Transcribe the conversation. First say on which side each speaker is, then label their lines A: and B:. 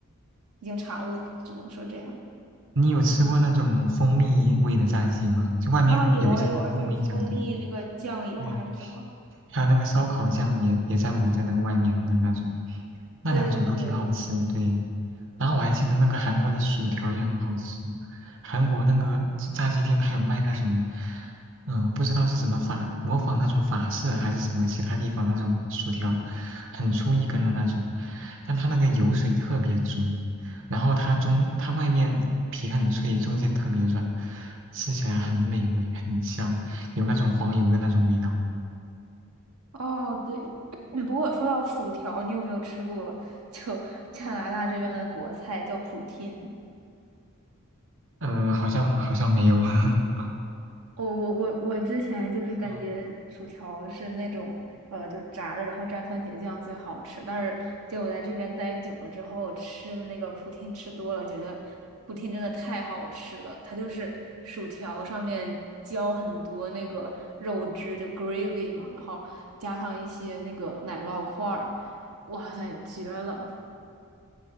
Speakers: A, on the right; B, on the right.
A: 已经馋了，只能说这样。
B: 你有吃过那种蜂蜜味的炸鸡吗？就外面有一层那个蜂蜜酱，
A: 啊，有啊有啊，就蜂蜜那个酱油还是什么？
B: 对对。还有那个烧烤酱也也在抹在那个外面的那种，那两种都挺好吃，
A: 对对对，
B: 对。然后我还记得那个韩国的薯条也很好吃，韩国那个炸鸡店它有卖那种，嗯、不知道是什么法，模仿那种法式啊还是什么其他地方那种薯条，很粗一根的那种，但它那个油水特别足，然后它中它外面皮很脆，中间特别软，吃起来很美味，很香，有那种黄油的那种味道。
A: 哦对。<clears throat> 不过说到薯条，你有没有吃过就 <laughs> 加拿大这边的国菜叫 poutine？
B: 呃，好像好像没有。<laughs>
A: 我我我我之前就是感觉薯条是那种呃，
B: 哦
A: 就炸着然后蘸番茄酱最好吃，但是结果在这边待久了之后，吃的那个普汀吃多了，觉得普汀真的太好吃了。它就是薯条上面浇很多那个肉汁，就 gravy 嘛，然后加上一些那个奶酪块儿，哇塞，绝了！